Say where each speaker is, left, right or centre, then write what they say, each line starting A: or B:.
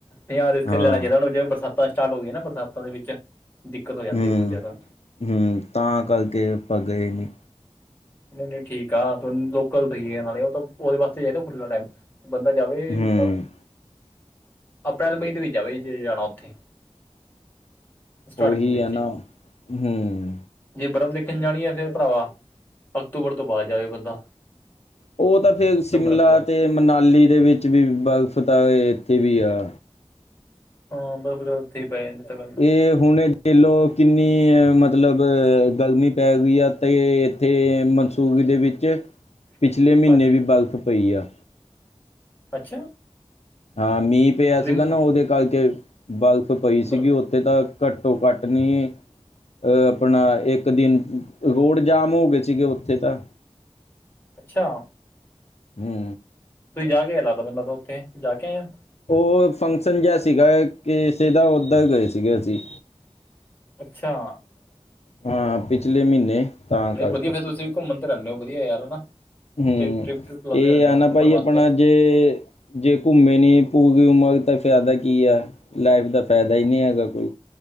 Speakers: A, on the left (about 20°); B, on the left (about 75°).
A: ਯਾਰ ਰਿਸਕ
B: ਹਾਂ
A: ਨੀ ਲੈਣਾ ਚਾਹੀਦਾ ਹੁਣ ਜਿਵੇਂ ਬਰਸਾ ਸਟਾਰਟ ਹੋ ਗਈਆਂ ਨਾ ਬਰਸਾਤਾਂ ਦੇ ਵਿੱਚ ਦਿੱਕਤ ਹੋ ਜਾਂਦੀ
B: ਹੂੰ
A: ਆ ਬਹੁਤ ਜ਼ਿਆਦਾ।
B: ਹੂੰ, ਤਾਂ ਕਰਕੇ ਆਪਾਂ ਗਏ ਨੀ।
A: ਨਹੀਂ ਨਹੀਂ, ਠੀਕ ਆ ਲੋਕਲ ਸਈ ਨਾਲ ਉਹਦੇ ਵਾਸਤੇ ਚਾਹੀਦਾ ਖੁੱਲਾ ਟਾਈਮ। ਬੰਦਾ ਜਾਵੇ ਮਤਲਬ
B: ਹੂੰ
A: ਅਪ੍ਰੈਲ ਮਈ ਦੇ ਵਿੱਚ ਜਾਵੇ ਜੇ ਜਾਣਾ ਉੱਥੇ। ਸਟਾਰਟਿੰਗ
B: ਓਹੀ
A: ਦੇ ਵਿੱਚ
B: ਆ ਨਾ ਹੂੰ,
A: ਜੇ ਬਰਫ਼ ਦੇਖਣ ਜਾਣੀ ਆ ਫੇਰ ਭਰਾਵਾ ਅਕਤੂਬਰ ਤੋਂ ਬਾਅਦ ਜਾਵੇ ਬੰਦਾ।
B: ਉਹ ਤਾਂ ਫੇਰ
A: ਸਤੰਬਰ
B: ਸ਼ਿਮਲਾ
A: ਅਕਤੂਬਰ
B: ਤੇ ਮਨਾਲੀ ਦੇ ਵਿੱਚ ਵੀ ਬਰਫ਼ ਤਾਂ ਇੱਥੇ ਵੀ ਆ।
A: ਹਾਂ ਬਰਫ਼ ਵਗੈਰਾ ਉੱਥੇ ਹੀ ਪੈ ਜਾਂਦੀ ਤਾਂ ਗੱਲ
B: ਏ ਹੁਣ। ਦੇਖਲੋ ਕਿੰਨੀ ਮਤਲਬ ਗਰਮੀ ਪੈ ਗਈ ਆ ਤੇ ਤੇ ਮਨਸੂਬੀ ਦੇ ਵਿੱਚ
A: <inaudible>
B: ਪਿਛਲੇ ਮਹੀਨੇ
A: ਹਾਂਜੀ
B: ਵੀ ਬਰਫ਼ ਪਈ ਆ।
A: ਅੱਛਾ।
B: ਹਾਂ, ਮੀਂਹ ਪਿਆ
A: ਤੁਸੀਂ
B: ਸੀਗਾ ਨਾ ਉਹਦੇ ਕਰਕੇ ਬਰਫ਼ ਪਈ
A: ਬਰਫ਼
B: ਸੀਗੀ, ਉ- ਤੇ ਤਾਂ ਘੱਟੋ ਘੱਟ ਨੀ- ਆਪਣਾ ਇੱਕ ਦਿਨ ਰੋਡ ਜਾਮ ਹੋ ਗਏ ਸੀਗੇ ਉੱਥੇ ਤਾਂ।
A: ਅੱਛਾ।
B: ਹੂੰ,
A: ਤੁਸੀਂ ਜਾ ਕੇ ਆਏ ਲੱਗਦਾ ਮੈਨੂੰ ਲਗਦਾ ਉੱਥੇ ਜਾ ਕੇ ਆਏ ਓ?
B: ਓ ਫੰਕਸ਼ਨ ਜਿਹਾ ਸੀਗਾ ਕਿਸੇ ਦਾ ਉੱਧਰ ਗਏ ਸੀਗੇ ਅਸੀਂ।
A: ਅੱਛਾ।
B: ਹਾਂ ਪਿਛਲੇ ਮਹੀਨੇ- ਤਾਂ ਕਰਕੇ
A: ਨਈ ਵਧੀਆ ਫਿਰ ਤੁਸੀ ਵੀ ਘੁੰਮਣ ਤੇ ਰਹਿੰਨੇ ਓ ਵਧੀਆ ਯਾਰ ਹਨਾ।
B: ਹੂੰ,
A: ਟ੍ਰਿਪ ਟ੍ਰਿਪ ਟ੍ਰਿਪ ਲਾਉਂਦੇ
B: ਇਹ
A: ਰਹਿੰਦੇ
B: ਆ
A: ਹੋ
B: ਨਾ
A: ਘੁੰਮਣ
B: ਭਾਜੀ
A: ਵਾਸਤੇ
B: ਆਪਣਾ
A: ਹੈਂ
B: ਜੇ- ਜੇ ਘੁੰਮੇ ਨੀ ਪੂਰੀ ਉਮਰ ਤਾਂ ਫਾਇਦਾ ਕੀ ਆ, ਲਾਈਫ ਦਾ ਫਾਇਦਾ ਈ ਨੀ ਹੈਗਾ ਕੋਈ।